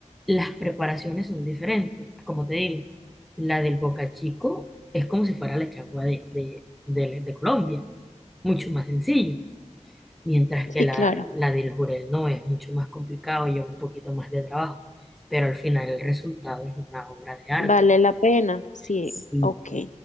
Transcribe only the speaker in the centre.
las preparaciones son diferentes, como te digo, la del boca chico es como si fuera la changua de, de, de- de Colombia, mucho más sencillo. mientras
que la,
la del jurel no es mucho más complicado y lleva un poquito más de trabajo, pero al final el resultado es una obra de arte.
Sí.